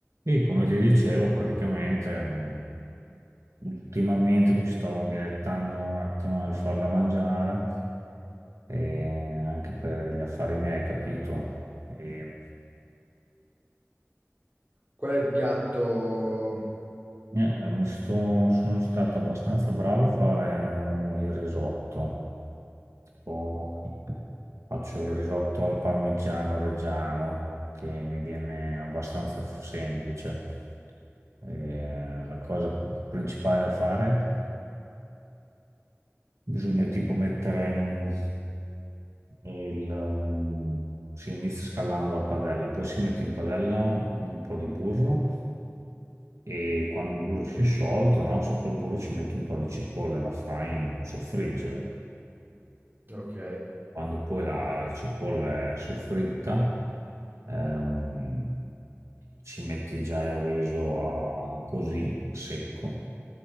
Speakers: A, on the right; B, on the right.
A: Sì, come ti dicevo, praticamente mh, ultimamente mi sto dilettando un attimo nel far da mangiare, e anche per gli affari miei, capito? E,
B: Qual è il piatto?
A: eh, mi sto- sono stato abbastanza bravo a fare un- il risotto. Tipo, faccio il risotto al parmigiano reggiano, che mi viene abbastanza f- semplice. E la cosa principale da fare Bisogna tipo mettere mm, il... mm, si inizia scaldando la padella, poi si mette in padella un po' di burro e quando il burro si è sciolto, no, sopra il burro ci metti un po' di cipolla e la fai soffriggere.
B: Ok.
A: Quando poi la cipolla è soffritta, ehm, ci metti già il riso a- così, secco,